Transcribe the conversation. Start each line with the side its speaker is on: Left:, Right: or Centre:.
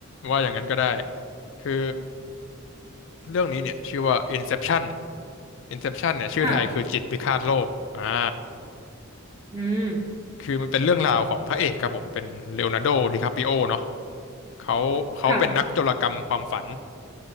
Left: ว่าอย่างนั้นก็ได้ คือเรื่องนี้เนี่ยชื่อว่า Inception Inception เนี่ยชื่อไทยคือจิตพิฆาตโลกอ่า
Right: ค่ะอืม
Left: คือมันเป็นเรื่องราวของพระเอกครับผมเป็นเลโอนาร์โดดิคาปิโอเนาะ เขาเขาเป็นนักโจรกรรมความฝัน
Right: ค่ะ